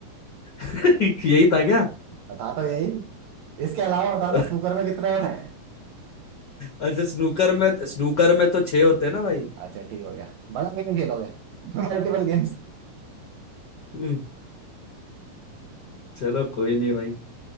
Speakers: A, on the left (about 70°); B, on the right (about 75°).
A: <laughs> यही था क्या
B: बता तो यही इसके अलावा बता
A: <laughs>
B: दो स्नूकर में कितने होते हैं
A: अच्छा स्नूकर में स्नूकर में तो छह होते हैं ना भाई
B: अच्छा ठीक हो गया बड़ा गेम खेलोगे <laughs> मल्टीपल गेम्स
A: हम्म, चलो कोई नहीं भाई